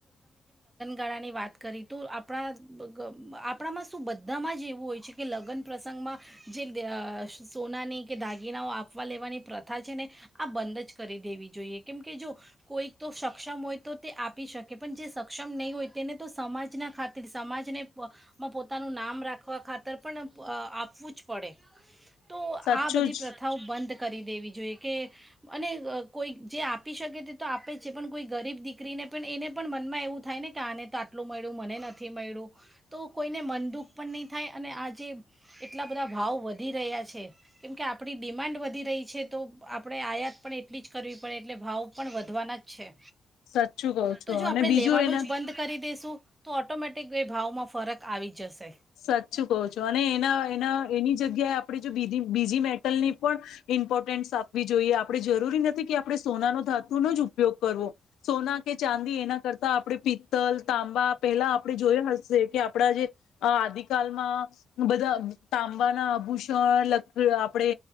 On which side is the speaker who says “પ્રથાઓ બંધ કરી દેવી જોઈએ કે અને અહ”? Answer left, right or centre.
Right